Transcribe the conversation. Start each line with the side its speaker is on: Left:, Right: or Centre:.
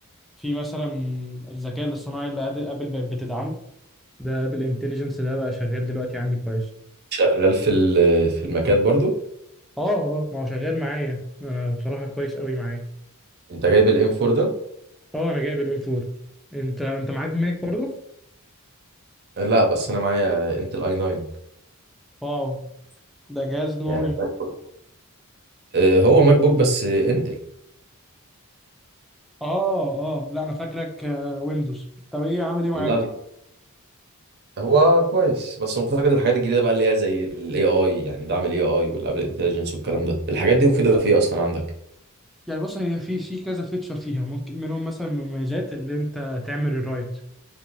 Centre: في مثلا الذكاء الاصطناعي اللي قاد- ابل بقت بتدعمه ده ابل انتليجنس ده بقى شغال دلوقتي عندي كويس
Right: شغال في ال... في المكات برضو
Centre: اه اه ما هو شغال معايا انا بصراحة كويس قوي معايا
Right: انت جايب الام 4 ده
Centre: اه انا جايب الام 4 انت انت معاك ماك برضه
Right: لا بس انا معايا انتل اي 9
Centre: واو ده جهاز نوعه
Right: يعني
Centre: ايه
Right: <laughs> آه، هو ماك بوك بس انتل
Centre: اه اه لا انا فاكرك آه، ويندوز طب ايه عامل ايه معاك
Right: لا لا هو كويس بس مفتقد الحاجات الجديده بقى اللي هي زي الاي اي يعني دعم الاي اي والابل انتليجنس والكلام ده الحاجات دي مفيده في ايه اصلا عندك
Centre: يعني بص هي في في كذا فيتشر فيها ممكن منهم مثلا من المميزات اللي انت تعمل الرايت